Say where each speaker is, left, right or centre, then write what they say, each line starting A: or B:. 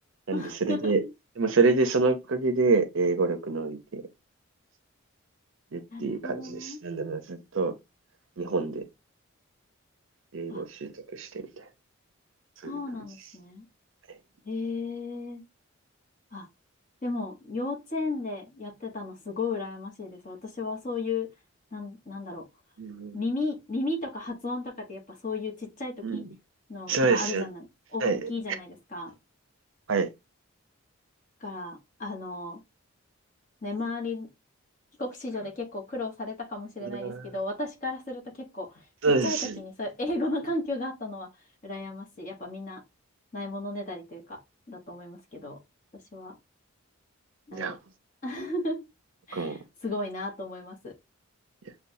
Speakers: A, on the right; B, on the left.
A: なんで、
B: <laughs>
A: それで、でもそれでそのおかげで英語力伸びて、でっていう感じです。
B: なるほどね。
A: なんで、まあずっと日本で英語を習得してみたいな、
B: あ、
A: そういう感じです。
B: そうなんですね。
A: はい。
B: へえ。あ、でも、幼稚園でやってたのすごい羨ましいです。私はそういう、なん、なんだろ
A: うん
B: う。耳、耳とか発音とかってやっぱそういうちっちゃい時のがあるじゃない、
A: うんうんそうですよ。
B: 大きいじゃないですか。
A: はい。はい。
B: から、あの、ね、周り、帰国子女で結構苦労されたかもしれないですけど、
A: うん
B: 私からすると結構ちっちゃい時にそういう英語の環境があったのは羨ましい。
A: そうです。
B: やっぱみんなないものねだりというか、だと思いますけど、私は、
A: いや、
B: あれ、<laughs>
A: 僕も。
B: すごいなと思います。
A: いや